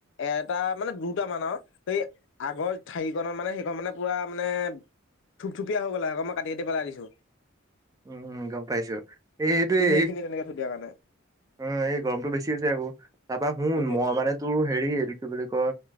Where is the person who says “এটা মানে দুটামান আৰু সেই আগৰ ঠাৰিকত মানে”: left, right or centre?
Left